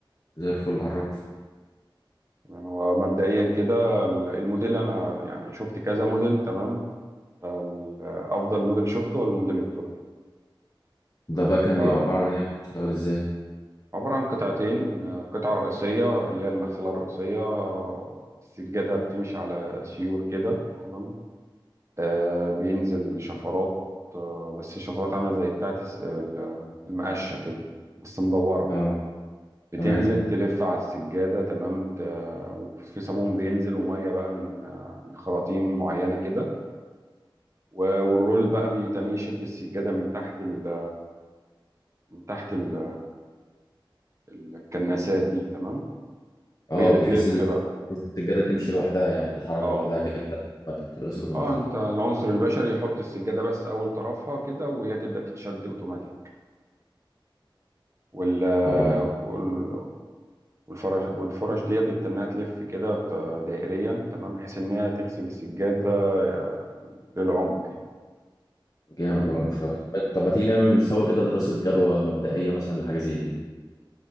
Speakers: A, on the left (about 40°); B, on the right (about 35°).
A: زي الفل عرفت
B: تمام هو مبدئيا كده ال- الموديل انا يعني شفت كذا موديل تمام فافضل موديل شفته هو الموديل التركي
A: ده بقى كان
B: آه،
A: بيبقى عبارة عن ايه بتشتغل ازاي
B: عبارة عن قطعتين آه، قطعة رئيسية اللي هي المغسلة الرئيسية آه، السجادة بتمشي على سيور كده تمام آه بينزل شفرات آه بس الشفرات عاملة زي بتاعة الس- ال- المقشة كده بس مدورة
A: اه
B: بتنزل
A: تمام
B: تلف على السجادة تمام ت- وفي صابون بينزل ومية بقى من آه، من خراطيم معينة كده و- والرول بقى بيتنيه يشد السجادة من تحت ال... من تحت ال... الكناسات دي تمام
A: اه
B: وهي بتلف
A: بحيث ال-
B: بقى
A: بحيث السجادة تمشي لوحدها يعني تتحرك
B: اه
A: لوحدها كده اوتوماتيك تتغسل اوتوماتيك
B: اه انت العنصر البشري يحط السجادة بس اول طرفها كده وهي تبدأ تتشد اوتوماتيك وال...
A: طب انا
B: وال... والفرش والفرش دي بتتنيها تلف كده ط- دائريا تمام بحيث ان هي تغسل السجادة آه، للعمق يعني
A: جامد
B: تمام
A: ولا المشروع ده طب طب ما تيجي نعمل سوا كده دراسة جدوى مبدئية مثلا لحاجة زي دي